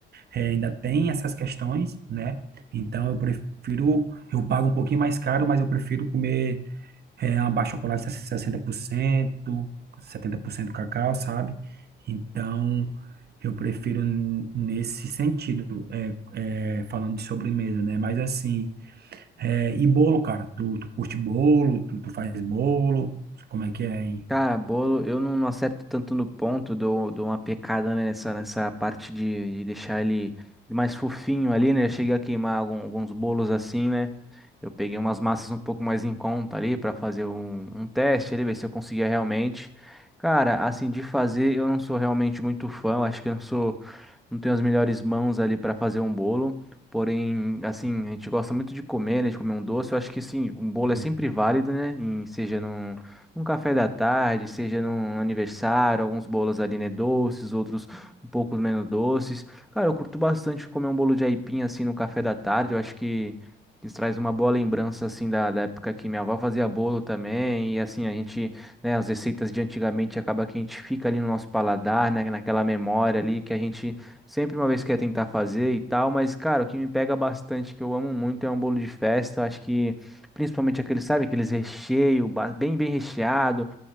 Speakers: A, on the right; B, in the centre.
A: é, ainda tem essas questões, né? Então, eu prefiro, eu pago um pouquinho mais caro, mas eu prefiro comer é, uma barra de chocolate 60%, 70% cacau, sabe? Então, eu prefiro n- nesse sentido, é, é, falando de sobremesa, né? Mas assim. É, e bolo, cara? Tu, tu curte bolo? Tu, tu faz bolo? Como é que é aí?
B: Cara, bolo, eu não, não acerto tanto no ponto, dou, dou uma pecada né, nessa, nessa parte de, de deixar ele mais fofinho ali, né? Eu cheguei a queimar algum- alguns bolos assim, né? Eu peguei umas massas um pouco mais em conta ali para fazer um, um teste ali, ver se eu conseguia realmente. Cara, assim, de fazer, eu não sou realmente muito fã, eu acho que eu não sou. não tenho as melhores mãos ali para fazer um bolo. Porém, assim, a gente gosta muito de comer, né? De comer um doce. Eu acho que sim, um bolo
A: Sim,
B: é sempre válido, né? Em- seja num, num café da tarde, seja num aniversário, alguns bolos ali, né? Doces, outros um pouco menos doces. Cara, eu curto bastante comer um bolo de aipim assim no café da tarde. Eu acho que isso traz uma boa lembrança assim da, da época que minha avó fazia bolo também. E assim, a gente, né, as receitas de antigamente acaba que a gente fica ali no nosso paladar, né, naquela memória ali que a gente Sempre uma vez quer tentar fazer e tal, mas, cara, o que me pega bastante, que eu amo muito, é um bolo de festa. Acho que, principalmente aquele, sabe, aqueles recheio, ba- bem, bem recheado.